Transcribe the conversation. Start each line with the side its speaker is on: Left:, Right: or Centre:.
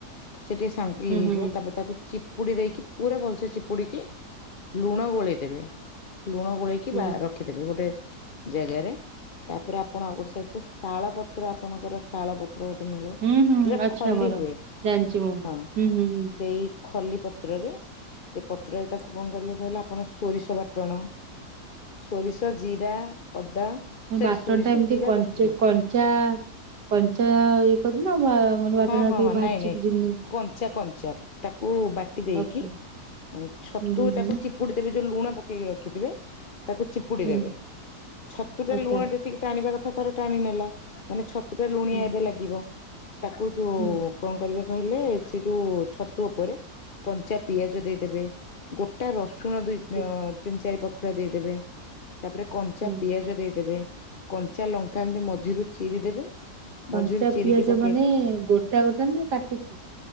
Left: ସେ ଟିକେ ସାଙ୍ଗୁ ଇଏ
Right: ହୁଁ
Left: ହେଇଯିବ
Right: ହୁଁ
Left: ତାପରେ ତାକୁ ଚି ଚିପୁଡି ଦେଇକି ପୁରା ଭଲସେ ଚିପୁଡିକି ଲୁଣ ଗୋଳେଇଦେବେ। ଲୁଣ ଗୋଳେଇକି
Right: ହୁଁ।
Left: ବା ରଖିଦେବେ ଗୋଟେ ଜାଗାରେ ତାପରେ ଆପଣ ଆଉ ଗୋଟେ ସାଇଟରେ ଶାଳ ପତ୍ର ଆପଣଙ୍କର ଶାଳ ପତ୍ର ଗୋଟେ ମିଳେ।
Right: ହୁଁ ହୁଁ
Left: ଯୋଉଟା
Right: ଆଚ୍ଛା
Left: ଖଲି
Right: ମର
Left: ହୁଏ
Right: ଜାଣିଛି ମୁଁ
Left: ହଁ
Right: ହୁଁ ହୁଁ ହୁଁ।
Left: ସେଇ ଖଲି ପତ୍ରରେ ସେ ପତ୍ରରେ ତାକୁ କଣ କରିବେ କହିଲେ ଆପଣ ସୋରିଷ ବାଟ ଫୁଟଣ। ସୋରିଷ ଜିରା ଅଦା
Right: ହଁ
Left: ସରି
Right: ବାଟଣଟା
Left: ସୋରିଷ
Right: ଏମିତି
Left: ଜିରା
Right: କଞ୍ଚି
Left: ରସୁଣ
Right: କଞ୍ଚା କଞ୍ଚାଇ ନା ବା ମାନେ ବାଟଣ
Left: ହଁ ହଁ
Right: ଟିକେ
Left: ହଁ
Right: ଭାଜିକି
Left: ନାଇଁ ନାଇଁ
Right: ଯେମିତି
Left: କଞ୍ଚା କଞ୍ଚା ଟା କୁ ବାଟି ଦେଇକି
Right: ଓକେ
Left: ଛତୁ
Right: ହୁଁ ହୁଁ
Left: ତାକୁ
Right: ହୁଁ
Left: ଚିପୁଡି ଦେବେ ଯୋଉ ଲୁଣ ପ ପକେଇକି ରଖିଥିବେ। ତାକୁ ଚିପୁଡ଼ି
Right: ହୁଁ
Left: ଦେବେ ଛତୁ ଟା
Right: ଆଚ୍ଛା
Left: ଲୁଣ ଯେତିକି ଟାଣିବା କଥା ତାପରେ ଟାଣି ନେଲା ମାନେ ଲୁଣିଆ
Right: ହୁଁ
Left: ଏବେ ଲାଗିବ। ତାକୁ ଯୋଉ
Right: ହୁଁ
Left: କଣ କରିବା କହିଲେ ସେ ଯୋଉ ଛତୁ ଉପରେ କଞ୍ଚା ପିଆଜ ଦେଇଦେବେ ଗୋଟା ର ଶୁଣ ଦୁଇ
Right: ଓକେ
Left: ତିନି ଚାରି ପାଖ ଉଖୁଡା ଦେଇ ଦେବେ। ତାପରେ କଞ୍ଚା
Right: ହୁଁ
Left: ପିଆଜ ଦେଇ ଦେବେ। କଞ୍ଚା ଲଙ୍କା ଏମିତି ମଝିରୁ ଚିରି ଦେବେ। ମଝିରୁ
Right: କଞ୍ଚା
Left: ଚିରିିକି
Right: ପିଆଜ
Left: ପ
Right: ମାନେ ଗୋଟା ଗୋଟା ନା କାଟିକି?